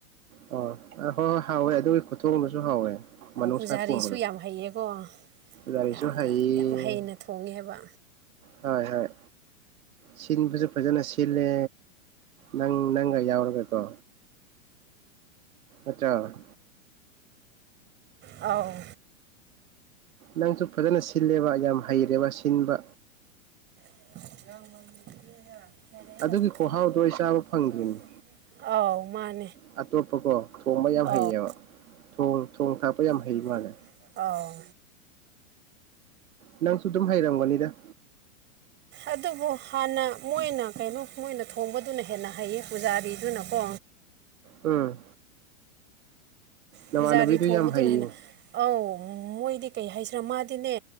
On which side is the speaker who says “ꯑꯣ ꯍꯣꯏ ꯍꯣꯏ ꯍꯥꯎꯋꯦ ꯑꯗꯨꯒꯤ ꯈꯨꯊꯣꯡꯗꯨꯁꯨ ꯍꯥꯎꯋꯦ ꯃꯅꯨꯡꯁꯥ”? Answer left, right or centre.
Right